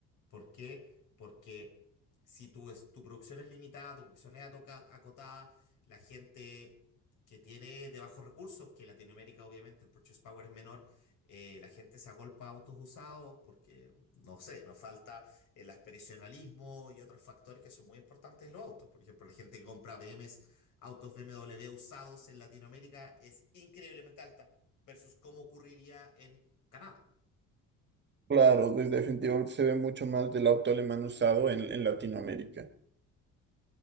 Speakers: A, on the left; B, on the right.
A: ¿Por qué? Porque si tu, es- tu producción es limitada, tu producción es atoca- acotada, la gente que tiene de bajos recursos, que en Latinoamérica obviamente el purchase power es menor, eh, la gente se agolpa a autos usados porque, no sé, nos falta el aspiracionalismo y otros factores que son muy importantes en los autos. Por ejemplo, la gente que compra BMWs, autos BMW usados en Latinoamérica es increíblemente alta versus cómo ocurriría en Canadá.
B: Claro, de- definitivamente se ve mucho más del auto alemán usado en, en Latinoamérica.